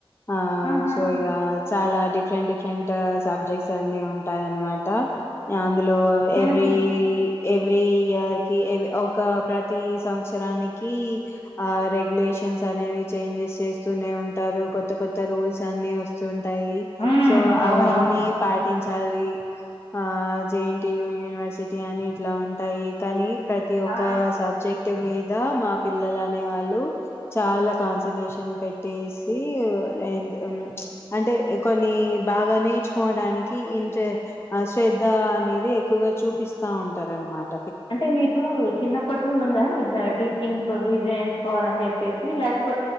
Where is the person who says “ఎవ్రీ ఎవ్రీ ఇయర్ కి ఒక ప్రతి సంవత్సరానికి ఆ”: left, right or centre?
Left